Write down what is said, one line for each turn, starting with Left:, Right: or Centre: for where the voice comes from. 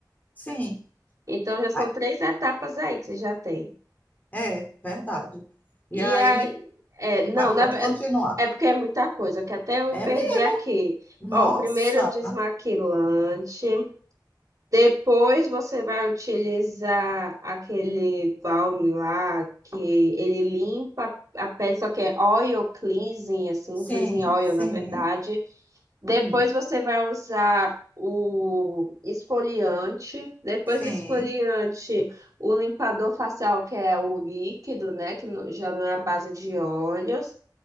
Left: Sim,
Right: Então já são
Left: Ah,
Right: três etapas aí que você já tem.
Left: é verdade. E
Right: E
Left: aí,
Right: aí, é, não,
Left: vá,
Right: na,
Left: pode
Right: ve-
Left: continuar.
Right: é porque é muita coisa, que até eu me
Left: É
Right: perdi
Left: mesmo.
Right: aqui.
Left: Nossa,
Right: Ó, primeiro o desmaquilante, depois você vai utilizar aquele balme lá que ele limpa a pele, só que é oil cleansing, assim,
Left: sim,
Right: cleansing oil,
Left: sim,
Right: na verdade. Depois
Left: hum,
Right: você vai usar o esfoliante. Depois
Left: sim.
Right: do esfoliante, o limpador facial, que é o líquido, né? Que não- já não é a base de óleos.